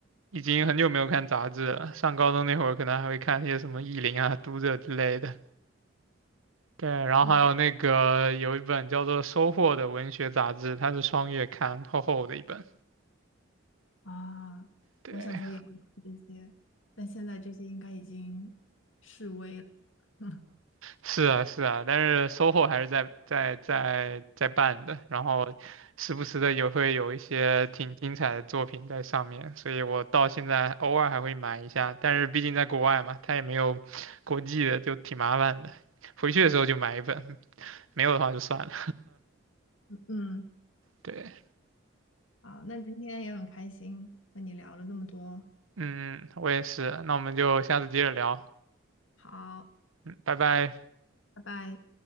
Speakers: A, on the right; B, on the left.
A: 已经很久没有看杂志了。上高中那会儿，可能还会看一些什么《意林》啊、《读者》之类的。对，然后还有那个有一本叫做《收获》的文学杂志，
B: 嗯
A: 它是双月刊，厚厚的一本。
B: 啊，
A: 对，
B: 我小时候也会看这些，但现在这些应该已经式微了。<laughs>
A: 是啊，是啊，但是收获还是在在在在办的，然后时不时的也会有一些挺精彩的作品在上面，所以我到现在偶尔还会买一下，但是毕竟在国外嘛，它也没有国际的，就挺麻烦的。回去的时候就买一本，没有的话就算了。
B: 嗯，
A: 对，
B: 好，那今天也很开心和你聊了这么多，
A: 嗯，我也是，那我们就下次接着聊，
B: 好，
A: 嗯，拜拜。
B: 拜拜。